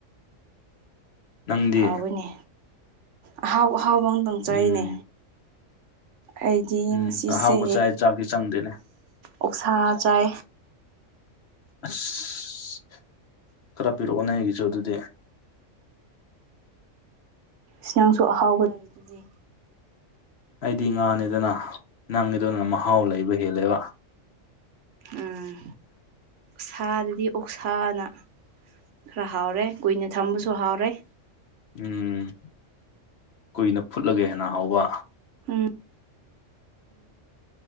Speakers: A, on the left; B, on the right.
A: ꯅꯪꯗꯤ
B: ꯍꯥꯎꯋꯅꯦ ꯑꯍꯥꯎ ꯑꯍꯥꯎꯕ ꯑꯃꯝꯇꯪ ꯆꯥꯏꯅꯦ
A: ꯎꯝ
B: ꯑꯩꯗꯤ
A: ꯎꯝ
B: ꯉꯁꯤꯁꯦ
A: ꯑꯍꯥꯎꯕ ꯆꯥꯏ ꯆꯥꯛꯇꯤ ꯆꯪꯗꯦꯅꯦ
B: ꯑꯣꯛꯁꯥ ꯆꯥꯏ
A: ꯑꯁ ꯈꯔ ꯄꯤꯔꯛꯑꯣ ꯅ ꯑꯩꯒꯤꯁꯨ ꯑꯗꯨꯗꯤ
B: ꯏ ꯅꯪꯁꯨ ꯑꯍꯥꯎꯕꯗꯔꯤ ꯑꯗꯨꯗꯤ
A: ꯑꯩꯗꯤ ꯉꯥꯅꯦꯗꯅ ꯅꯪꯒꯤꯗꯗꯅ ꯃꯍꯥꯎ ꯂꯩꯕ ꯍꯦꯜꯂꯦꯕ
B: ꯎꯝ ꯁꯥꯗꯗꯤ ꯑꯣꯛꯁꯥꯅ ꯈꯔ ꯍꯥꯎꯔꯦ ꯀꯨꯏꯅ ꯊꯝꯕꯁꯨ ꯍꯥꯎꯔꯦ
A: ꯎꯝ ꯀꯨꯏꯅ ꯐꯨꯠꯂꯒꯦ ꯍꯦꯟꯅ ꯍꯥꯎꯕ
B: ꯎꯝ